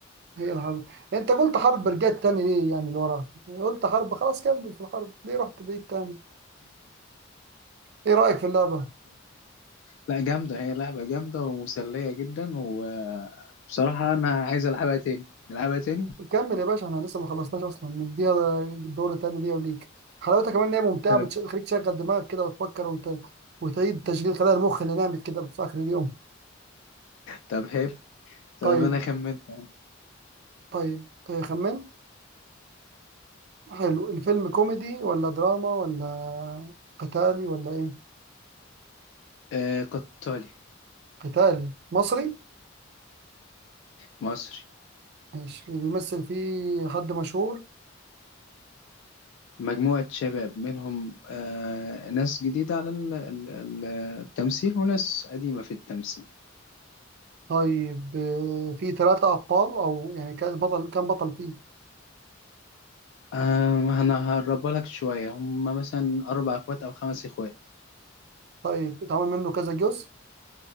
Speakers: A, on the right; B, on the left.
A: هي الحرب انت قلت حرب رجعت تاني ليه يعني لورا قلت حرب خلاص كمل في الحرب ليه رحت بعيد تاني ايه رأيك في اللعبة
B: لا جامدة هي لعبة جامدة ومسلية جدا وبصراحة أنا عايز ألعبها تاني نلعبها تاني
A: كمل يا باشا احنا لسه ما خلصناش اصلا نديها دور تاني ليها وليك حلاوتها كمان ان هي ممتعه
B: طب
A: بتش- بتخليك تشغل دماغك كده وتفكر وت... وتعيد تشغيل خلايا المخ اللي نامت كده في اخر اليوم
B: طب حلو طب
A: طيب
B: أنا خمنت أهو.
A: طيب آه، خمنت حلو الفيلم كوميدي ولا دراما ولا قتالي ولا ايه
B: آه قطالي
A: قتالي مصري
B: مصري
A: ماشي بيمثل فيه حد مشهور
B: مجموعة شباب منهم آه ناس جديدة على ال- ال- ال- التمثيل وناس قديمة في التمثيل
A: طيب آه، فيه ثلاثة أبطال أو يعني كان بطل كان بطل فيه
B: آه أنا هقربها لك شوية هم مثلا أربع إخوات أو خمس إخوات
A: طيب اتعمل منه كذا جزء